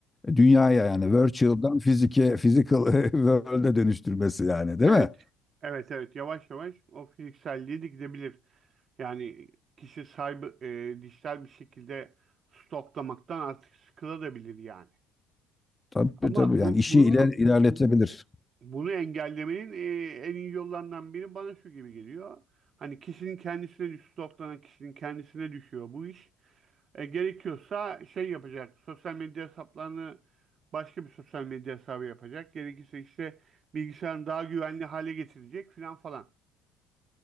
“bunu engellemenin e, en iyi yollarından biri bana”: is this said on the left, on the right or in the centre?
Right